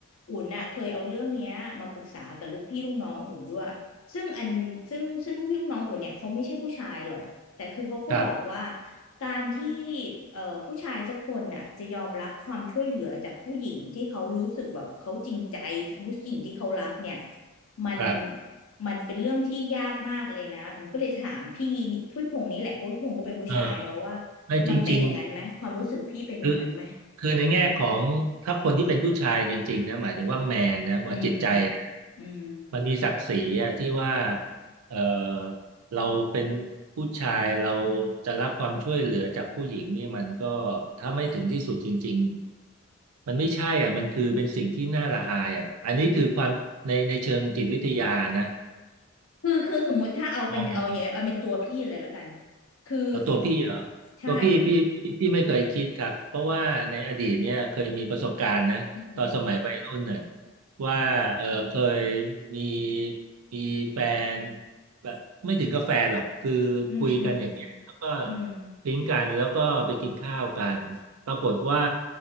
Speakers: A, on the left; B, on the right.
A: อุ่นอ่ะเคยเอาเรื่องเนี้ยมาปรึกษากับลูกพี่ลูกน้องอุ่นด้วยซึ่งอันซึ่งซึ่งลูกพี่ลูกน้องอุ่นเนี่ยเขาไม่ใช่ผู้ชายหรอกแต่คือเขาก็บอกว่า
B: ครับ
A: การที่เอ่อผู้ชายสักคนน่ะจะยอมรับความช่วยเหลือจากผู้หญิงที่เขารู้สึกแบบเขาจริงใจผู้หญิงที่เขารักเนี่ยมัน
B: ครับ
A: มันเป็นเรื่องที่ยากมากเลยนะผมก็เลยถามพี่นี่พี่พงษ์นี่แหละเพราะพี่พงษ์ก็เป็นผู้ชายเนาะว่า
B: เออไม่จริง
A: มันเป็นอย่างนั้นไหมความรู้สึกพี่เป็นอย่างนั้นไหม
B: คือคือในแง่ของถ้าคนที่เป็นผู้ชายจริงๆนะหมายถึงว่าแมนนะว่าจิตใจนะ
A: อืมอืม
B: มันมีศักดิ์ศรีอะที่ว่าเออเราเป็นผู้ชายเราจะรับความช่วยเหลือจากผู้หญิงนี่มันก็ถ้าไม่ถึงที่สุดจริงๆมันไม่ใช่อ่ะมันคือเป็นสิ่งที่น่าละอายอ่ะอันนี้คือความในในเชิงจิตวิทยานะ
A: คือคือสมมุติถ้าเอาเป็นเอาอย่างเอาเป็นตัวพี่เลยละกัน
B: มองอย่าง
A: คือ
B: เอาตัวพี่เหรอตัวพี่พี่พี่พี่ไม่เคยคิดครับเพราะว่าในอดีตเนี่ยเคยมีประสบการณ์นะตอนสมัยวัยรุ่นน่ะ
A: ใช่อืม
B: ว่าเออเคยมีมีแฟนแบบไม่ถึงกับแฟนหรอกคือคุยกันอย่างเงี้ยแล้วก็
A: อืมอืมอืม
B: ปิ๊งกันแล้วก็ไปกินข้าวกันปรากฏว่า